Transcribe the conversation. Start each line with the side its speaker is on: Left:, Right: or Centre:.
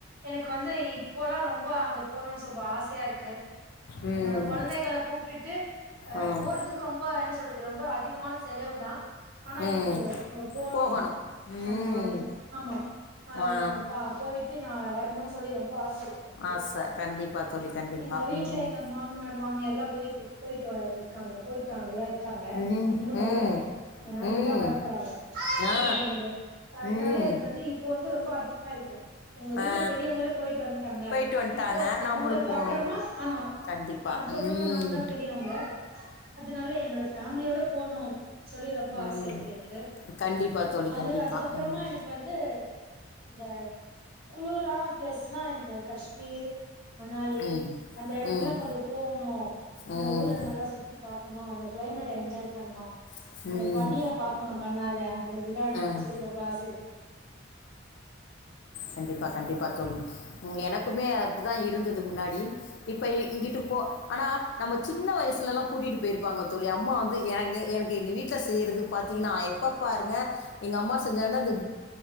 Right: எனக்கு வந்து இப்போல்லா ரொம்ப அங்க போகணும்னு துப ஆசையா இருக்கு
Left: ம்
Right: என்னோட
Left: ம்
Right: குழந்தைகளை கூப்பிட்டுட்டு அஹ்
Left: ம்
Right: போறதுக்கு ரொம்ப என்ன சொல்றது ரொம்ப அதிக திகமான செலவுதான் ஆனா
Left: ம்
Right: எனக்கு அங்க போனு
Left: போகணும் ம்
Right: பண்ணுவேன் ஆமா
Left: ஆ
Right: அங்க போயிட்டு நான் வரணும்ன்னு சொல்லி ரொம்ப இருக்கு எனக்கு
Left: ஆசை கண்டிப்பா தோழி கண்டிப்பா
Right: எங்க வீட்டுல
Left: ம்
Right: எங்க மாமனாரு மாமியார்லா போயிட்டு போயிட்டு இருக்காங்க போயிட்டு அங்கதாயிருக்காங்க
Left: ம்
Right: இன்னோ
Left: ம்
Right: வரல நாளிக்குதா
Left: ம்
Right: வர போறாங்க வீட்டுலயிருந்து
Left: ஆ
Right: அதனால
Left: ம்
Right: எனக்கு வந்து இப்ப வந்து ரொம்ப அதிகமா இருக்கு எங்க வீட்டுல
Left: ஆ
Right: பெரியவங்களே போயிட்டு வந்துட்டாங்க
Left: போயிட்டு வந்துட்டாங்க
Right: இப்போ
Left: நம்மளும்
Right: அவங்களுக்கு
Left: போணும்
Right: அப்புறமா ஆமா
Left: கண்டிப்பா
Right: அதுக்கப்புறமா
Left: ம்
Right: நாம தான் பெரியவங்க அதனால என்னோட ஃபேமிலியோட போனூ சொல்லி ரொம்ப ஆசை
Left: ம்
Right: இருக்கு எனக்கு
Left: கண்டிப்பா தோழி
Right: அது
Left: கண்டிப்பா
Right: அதுக்கப்புறமா
Left: ம்
Right: எனக்கு வந்து இந்த குளிரான பிளஸ் தான் எனக்கு காஷ்மீர் மனாலி
Left: ம்
Right: அந்த இடத்துலா
Left: ம்
Right: கொஞ்சம் போகணும் அந்த
Left: ம்
Right: ஊர நல்லா சுத்தி பாகணும் அந்த கிளைமேட்ட என்ஜாய் பண்ணணும்
Left: ம்
Right: அந்த பணிய பாகணும் கண்ணால அதுல விளாடணோ
Left: ம்
Right: சொல்லி ரொம்ப ஆசயிருக்கு
Left: கண்டிபா கண்டிப்பா தோழி எனக்குமே அப்படி தான் இருந்துது முன்னாடி இப்போ இங்கிட்டு போ ஆனால் நம்ம சின்ன வயசுலலாம் கூட்டிகிட்டு போயிருப்பாங்க தோழி அம்மா வந்து எனக்கு எனக்கு எங்கள் வீட்டில் செய்கிறது பார்த்திங்கன்னா எப்போ பாருங்கள் எங்க அம்மா செஞ்சாங்கன்னா அந்த